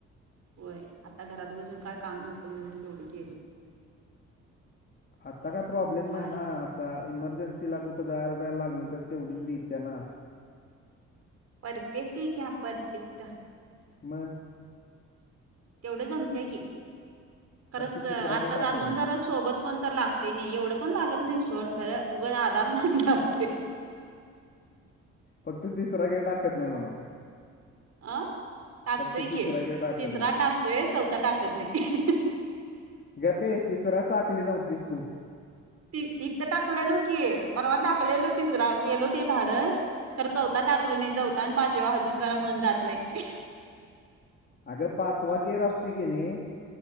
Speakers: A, on the right (about 55°); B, on the left (about 35°).
A: होय आता घरात बसून काय काम नव्हतं म्हणून तेवढ केलो
B: आत्ता काय प्रॉब्लेम
A: हाय
B: नाही ना आता इमर्जन्सीला कुठं जायला ब्यायला लागलं तर तेवढीच येतीया ना.
A: परफेक्ट येतीया परफेक्ट
B: म.
A: तेवढं जमत्या की खरंच
B: फक्त
A: आता
B: तिसरा गिर टाकत
A: अजून
B: नाही
A: जरा सोबत कोण तर लागते नाही एवढं पण लागत नाही सोड खरं उगच आधार म्हणून लागतंय
B: फक्त तिसरा गेर टाकत नाही म्हणावं.
A: अ टाकतोय
B: फक्त तिसरा
A: की
B: गिर टाकत
A: तिसरा
B: नाही
A: टाकतोय चौथा टाकत नाही
B: गप्प ए तिसरा टाकली नव्हतीस तू
A: ती इथं टाकलेलो की परवा टाकलेलो तिसरा केलो ते धाडंस खर चौथा टाकलो नाही चौथा आणि पाचव्यावर अजून जरा मन जात नाही
B: अगं पाचवा गेर असतोय की नाही,